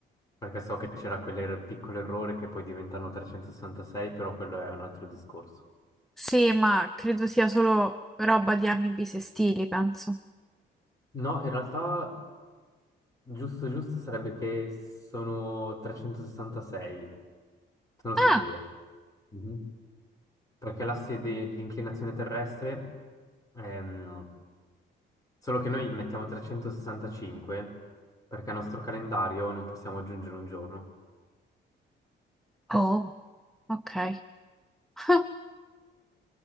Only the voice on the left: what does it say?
perché so che c'era quel piccolo errore che poi diventano 366, però quello è un altro discorso.
No, in realtà giusto giusto sarebbe che sono 366, sono sicuro,
Mhm. perché l'asse dell'inclinazione terrestre ehm, Solo che noi mettiamo 365 perché al nostro calendario non possiamo aggiungere un giorno.